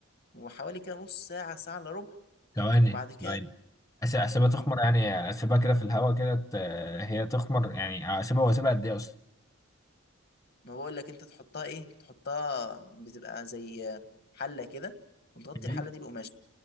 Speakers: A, on the left (about 50°); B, on the left (about 15°).
A: وحوالي كده نص ساعه ساعه الا ربع
B: ثواني
A: وبعد كده
B: ثواني أس- اسيبها تخمر
A: مم،
B: يعني اسيبها كده في الهواء كده ت- هي تخمر يعني اسيبها واسيبها قد ايه اصلا
A: ما بقول لك انت تحطها ايه تحطها بتبقى زي حله كده وتغطي
B: مم.
A: الحله دي بقماش